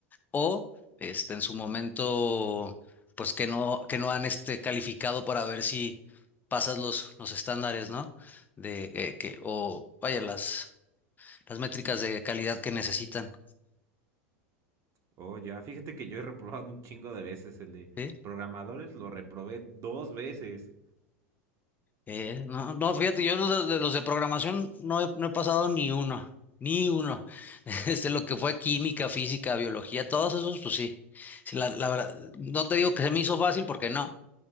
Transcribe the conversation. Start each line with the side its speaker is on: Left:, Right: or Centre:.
Left: o este, en su momento, pues que no, que no han este, calificado para ver si pasas los, los estándares, ¿no? De eh, que, o vaya, las, las métricas de calidad que necesitan.
Right: Oh, ya, fíjate que yo he reprobado un chingo de veces el de
Left: ¿sí?
Right: programadores, lo reprobé dos veces.
Left: Eh, no, no, fíjate, yo los de, los de programación no he, no he pasado ni uno, ni uno. <laughs> Este, lo que fue química, física, biología, todos esos, pues sí. Sí, la, la verdad, no te digo que se me hizo fácil porque no,